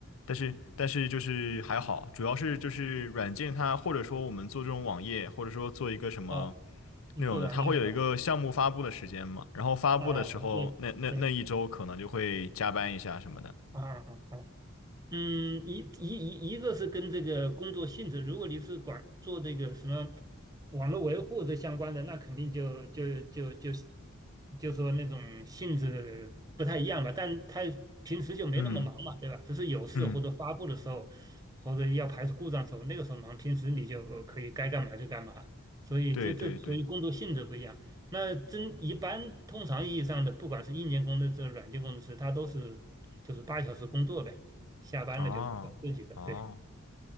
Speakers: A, on the left; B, on the right.
A: 但是但是就是还好，主要是就是软件它或者说我们做这种网页，或者说做一个什么
B: 哦，你做网页的啊，
A: 内容的，它会有一个项目发布的时间嘛，然后发布的时候那那那一周可能就会加班一下什么的。
B: 哦哦哦，对对，啊啊啊啊嗯，一一一一个是跟这个工作性质，如果你是管做这个什么网络维护这相关的，那肯定就就就就就说那种性质不太一样吧。但他平时就没那么忙嘛，
A: 嗯
B: 对吧？只是有事或者发布的时候，
A: 嗯，
B: 或者要排除故障的时候，那个时候忙，平时你就可以该干嘛就干嘛。所以这这所以工作性质不一样。
A: 对对对，
B: 那真一般通常意义上的，不管是硬件工程师、软件工程师，他都是就是八小时工作呗。下班了就是搞自己的，
A: 哦哦。
B: 对。